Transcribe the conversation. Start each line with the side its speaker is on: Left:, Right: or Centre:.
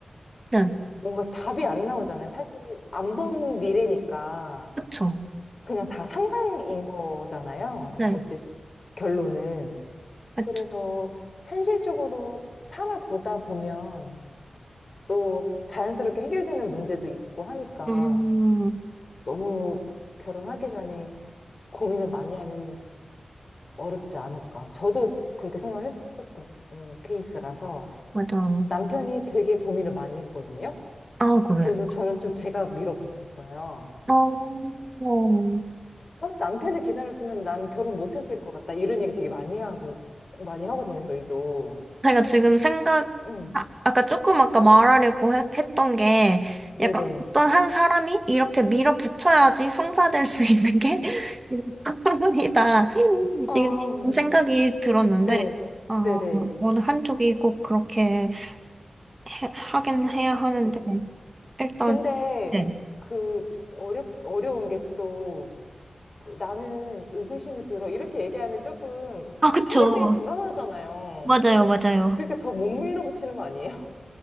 Right: 네.
Left: 뭔가 답이 안 나오잖아요. 사실 안 본 미래니까
Right: 그쵸.
Left: 그냥 다 상상인 거잖아요.
Right: 네.
Left: 어째 결론은.
Right: 그쵸.
Left: 그래서 현실적으로 살아보다 보면 또 자연스럽게 해결되는 문제도 있고 하니까
Right: 음,
Left: 너무 결혼하기 전에 고민을 많이 하면 어렵지 않을까. 저도 그렇게 생각을 했었던 음, 케이스라서
Right: 맞아요.
Left: 남편이 되게 고민을 많이 했거든요.
Right: 아, 그래.
Left: 그래서 저는 좀 제가 밀어붙였어요.
Right: 어, 어,
Left: 어, 남편을 기다렸으면 난 결혼 못했을 것 같다. 이런 얘기 되게 많이 하고, 많이 하거든요, 저희도.
Right: 제가 지금 생각,
Left: 응.
Right: 아, 아까 조금 아까 말하려고 해- 했던 게
Left: 네네.
Right: 약간 어떤 한 사람이 이렇게 밀어붙여야지 성사될 수 있는 게 <laughs> 이다. 이게
Left: 어,
Right: 그런 생각이 들었는데,
Left: 네.
Right: 어,
Left: 네네.
Right: 어느 한쪽이 꼭 그렇게 해- 하긴 해야 하는데,
Left: 네.
Right: 일단,
Left: 근데
Right: 네.
Left: 그 어려 어려운 게 또 나는 의구심이 들어 이렇게 얘기하면 조금
Right: 아, 그쵸.
Left: 상대방이 불안하잖아요.
Right: 맞아요, 맞아요.
Left: 그러니까 더 못 밀어붙이는 거 아니에요?